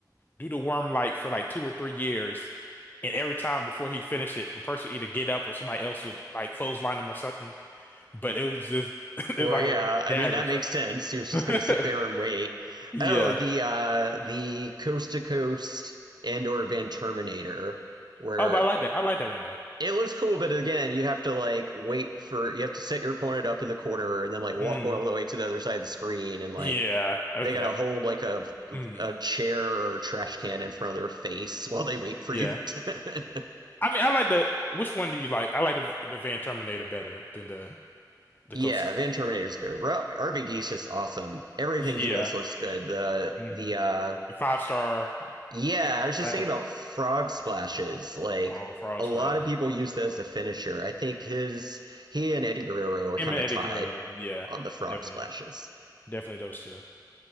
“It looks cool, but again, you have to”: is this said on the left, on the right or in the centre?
Right